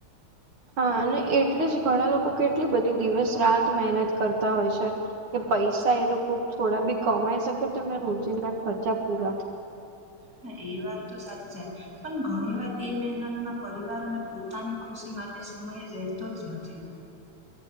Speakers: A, on the right (about 90°); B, on the right (about 35°).
A: હા અને એટલે જ ઘણા લોકો કેટલી બધી દિવસ રાત મહેનત કરતા હોય છે કે પૈસા એ લોકો થોડા બી કમાઈ શકે તો એમના રોજિંદા ખર્ચા પૂરા થ
B: હા એ વાત તો સાચી છે પણ ઘણી વાર એ મહેનતમાં પરિવાર અને પોતાની ખુશી માટે સમય રહેતો જ નથી.